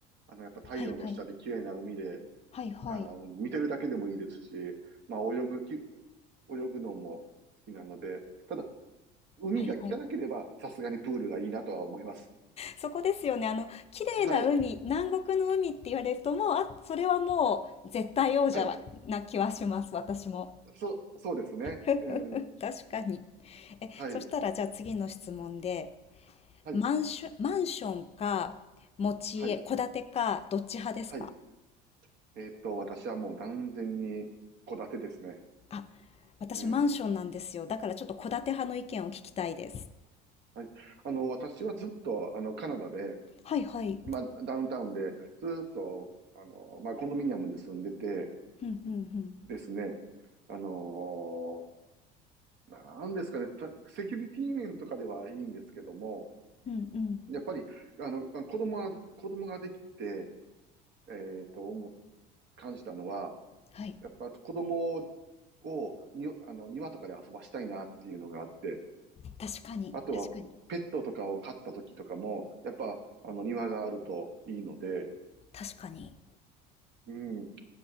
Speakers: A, on the right; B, on the left.
A: あの、やっぱ太陽の下で綺麗な海で、
B: はいはい。はいはい。
A: あの、見てるだけでもいいですし、まあ、泳ぐき、泳ぐのも好きなので、ただ、海が汚ければ、
B: はいはい。
A: さすがにプールがいいなとは思います。
B: そこですよね。あの、綺麗な海、
A: はい、
B: 南国の海って言われるともう、あ、それはもう絶対王者な気はします、
A: はい。
B: 私も。
A: そう、そうですね。
B: <laughs>
A: うん。
B: 確かに。え、
A: はい、
B: そしたらじゃあ次の質問で、
A: はい、
B: マンション、マンションか、持ち家、
A: はい、
B: 戸建てか、どっち派ですか
A: はい。えーっと、私はもう断然に戸建てですね。
B: あ、私マンションなんですよ。
A: うん。
B: だからちょっと戸建て派の意見を聞きたいです。
A: はい。あの、私はずっと、あの、カナダで、
B: はいはい。
A: まあ、ダウンタウンで、ずーっと、あの、まあ、コンドミニアムに住んでて
B: うんうんうん。
A: ですね、あのーなんですかね、たセキュリティ面とかではいいんですけども、
B: うんうん。
A: やっぱり、あの、子供は、子供ができて、えっと、思う感じたのは、
B: はい。
A: やっぱ子供をに、あの、庭とかで遊ばしたいなっていうのがあって、
B: 確かに。
A: あとは、
B: 確かに。
A: ペットとかを飼った時とかも、やっぱ、あの、庭があるといいので、
B: 確かに。
A: うん、